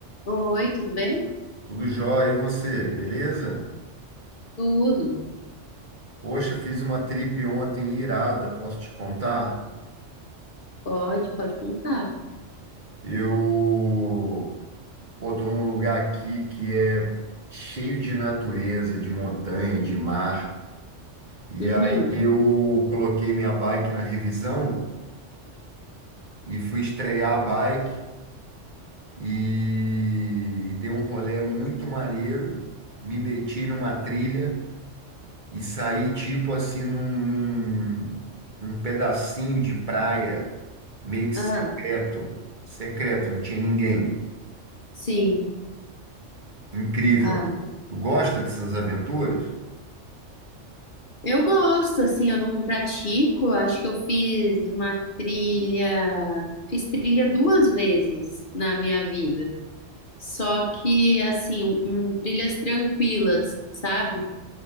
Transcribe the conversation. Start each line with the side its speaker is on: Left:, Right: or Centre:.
Left: Oi, tudo bem?
Right: Tudo jóia, e você, beleza?
Left: Tudo.
Right: Poxa, fiz uma trip ontem irada, posso te contar?
Left: Pode, pode contar.
Right: Eu, pô, tô num lugar aqui que é cheio de natureza, de montanha, de mar. E
Left: Uhum.
Right: aí eu coloquei minha bike na revisão e fui estrear a bike e dei um rolê muito maneiro, me meti numa trilha. e sair tipo assim num, num, num pedacinho de praia meio que secreto,
Left: Ah,
Right: secreto, não tinha ninguém.
Left: sim.
Right: Incrível.
Left: Ah,
Right: Tu gosta dessas aventuras?
Left: eu gosto, assim, eu não pratico. Acho que eu fiz uma trilha, fiz trilha duas vezes na minha vida. Só que, assim, um, um, trilhas tranquilas, sabe?